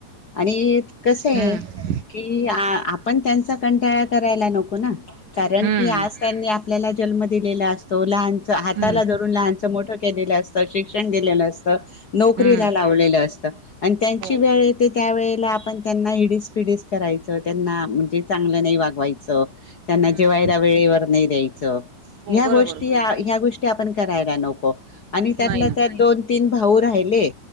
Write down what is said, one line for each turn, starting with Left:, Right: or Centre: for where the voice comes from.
Left: आणि कसं आहे.
Right: हम्म
Left: की आपण त्यांचा कंटाळा करायला नको ना? कारण
Right: हम्म
Left: की आज त्यांनी आपल्याला जन्म दिलेला. असतो लहान हाताला
Right: हम्म
Left: धरून लहानच मोठं केलेलं असतं, शिक्षण दिलेलं असत, नोकरीला
Right: हम्म
Left: लावलेलं असत. आणि त्यांची
Right: हो
Left: वेळ येत त्यावेेळेला आपण त्यांना हिडीस पिडीस करायचं, त्यांना म्हणजे चांगलं नाही वागवायचं.
Right: हम्म
Left: त्यांना जेवायला वेळेवर नाही द्यायचं,
Right: हो
Left: ह्या
Right: बरोबर
Left: गोष्टी ह्या गोष्टी ते आपण करायला नको, आणि त्यात
Right: नाही ना
Left: त्यात दोन तीन भाऊ राहिले.